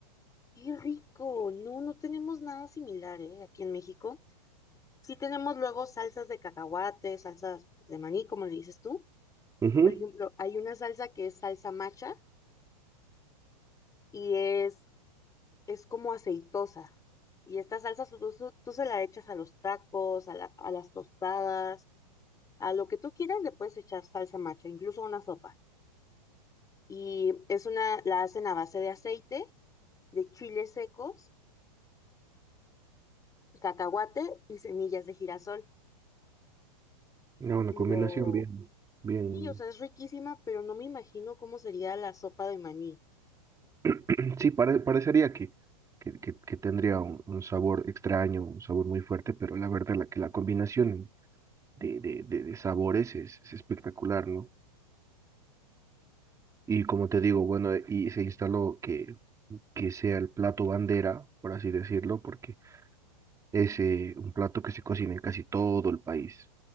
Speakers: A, on the left; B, on the right.
A: Qué rico. No, no tenemos nada similar, ¿eh? Aquí en México. Sí tenemos luego salsas de cacahuate, salsas pues, de maní, como le dices tú.
B: Ujú.
A: Por ejemplo, hay una salsa que es salsa macha y es, es como aceitosa. Y esta salsa tú, tú- tú se la echas a los tacos, a, la- a las tostadas, a lo que tú quieras le puedes echar salsa macha, incluso a una sopa. Y es una, la hacen a base de aceite, de chiles secos, cacahuate y semillas de girasol.
B: No, una
A: Pero
B: combinación bien, bien,
A: sí, o sea, es riquísima, pero no me imagino cómo sería la sopa de maní.
B: <clears throat> sí, pare- parecería que... Que, que- que tendría un, un sabor extraño, un sabor muy fuerte, pero la verdad la, que la combinación de, de, de, de sabores es, es espectacular, ¿no? Y como te digo, bueno, y se instaló que, que sea el plato bandera, por así decirlo, porque es eh, un plato que se cocina en casi todo el país.